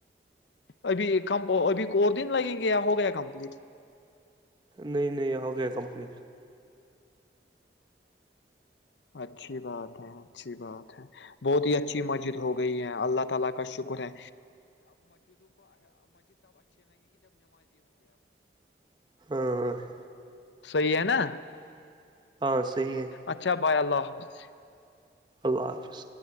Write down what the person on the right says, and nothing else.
نہیں نہیں ہو گیا کمپلیٹ
ہاں ہ
ہاں صحیح ہے
اللہ حافظ